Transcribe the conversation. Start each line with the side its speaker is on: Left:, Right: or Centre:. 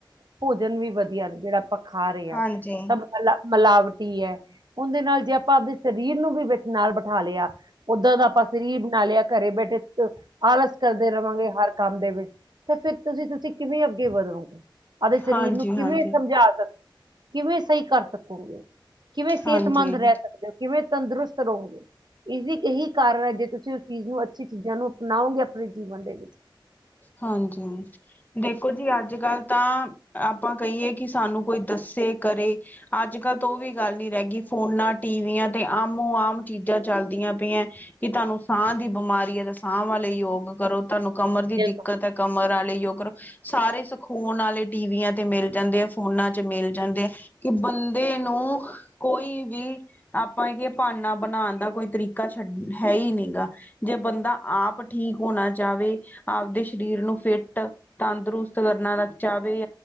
Right: ਭੋਜਨ ਵੀ ਵਧੀਆ ਨੇ ਜਿਹੜਾ ਆਪਾਂ ਖਾ ਰਹੇ ਆ
Left: ਹਾਂਜੀ
Right: ਸਭ ਮਲਾ ਮਿਲਾਵਟੀ ਹੈ ਉਹਦੇ ਨਾਲ ਜੇ ਆਪਾਂ ਆਪਦੇ ਸਰੀਰ ਨੂੰ ਵੀ ਵਿੱਚ ਨਾਲ ਬਿਠਾ ਲਿਆ ਉਦਾਂ ਦਾ ਆਪਾਂ ਸ਼ਰੀਰ ਬਣਾ ਲਿਆ ਘਰੇ ਬੈਠੇ ਆਲਸ ਕਰਦੇ ਰਹਾਂਗੇ ਹਰ ਕੰਮ ਦੇ ਵਿੱਚ ਤੇ ਫਿਰ ਤੁਸੀਂ ਤੁਸੀਂ ਕਿਵੇਂ ਅੱਗੇ ਵਧੋਗੇ ਆਦੇ ਸਰੀਰ
Left: ਹਾਂਜੀ
Right: ਨੂੰ ਕਿਵੇਂ
Left: ਹਾਂਜੀ
Right: ਸਮਝਾ ਸਕਦੇ ਕਿਵੇਂ ਸਹੀ ਕਰ ਸਕੋਗੇ ਕਿਵੇਂ ਸਿਹਤਮੰਦ
Left: ਹਾਂਜੀ
Right: ਰਹਿ ਸਕਦੇ ਹੋ। ਕਿਵੇਂ ਤੰਦਰੁਸਤ ਰਹੋਗੇ ਇਸਦੀ ਇਹੀ ਕਾਰਨ ਹੈ। ਜੇ ਤੁਸੀਂ ਉਸ ਚੀਜ਼ ਨੂੰ ਅੱਛੀ ਚੀਜ਼ਾਂ ਨੂੰ ਅਪਣਾਓਗੇ ਆਪਣੇ ਜੀਵਨ ਦੇ ਵਿੱਚ
Left: ਹਾਂਜੀ ਹਾਂਜੀ ਦੇਖੋ ਜੀ ਅੱਜ-ਕੱਲ੍ਹ ਤਾਂ ਆਪਾਂ ਕਹੀਏ ਕਿ ਸਾਨੂੰ ਕੋਈ ਦੱਸੇ ਕਰੇ ਅੱਜ-ਕੱਲ੍ਹ ਤਾਂ ਉਹ ਵੀ ਗੱਲ ਨੀ ਰਹਿ ਗਈ ਫੋਨਾਂ ਟੀਵੀਆਂ ਤੇ ਆਮੋ ਆਮ ਚੀਜ਼ਾਂ ਚੱਲਦੀਆਂ ਪਈਆਂ ਕਿ ਤੁਹਾਨੂੰ ਸਾਹ ਦੀ ਬਿਮਾਰੀ ਹੈ, ਤੇ ਸਾਹ ਵਾਲੇ ਯੋਗ ਕਰੋ ਤੁਹਾਨੂੰ ਕਮਰ ਦੀ
Right: ਬਿਲਕੁਲ
Left: ਦਿੱਕਤ ਹੈ ਕਮਰ ਵਾਲੇ ਜੋ ਕਰੋ ਸਾਰੇ ਸਿਖਾਉਣ ਵਾਲੇ ਟੀਵੀਆਂ ਤੇ ਮਿਲ ਜਾਂਦੇ ਆ ਫੋਨਾਂ ਚ ਮਿਲ ਜਾਂਦੇ ਆ ਕਿ ਬੰਦੇ ਨੂੰ ਕੋਈ ਵੀ ਆਪਾਂ ਹੈ ਕਿ ਭਾਨਾ ਬਣਾਉਣ ਦਾ ਕੋਈ ਤਰੀਕਾ ਛੱਡ ਹੈ ਹੀ ਨਹੀਂ ਗਾ ਜੇ ਬੰਦਾ ਆਪ ਠੀਕ ਹੋਣਾ ਚਾਹਵੇ, ਆਪਦੇ ਸਰੀਰ ਨੂੰ ਫਿੱਟ ਤੰਦਰੁਸਤ ਕਰਨਾ ਚਾਹਵੇ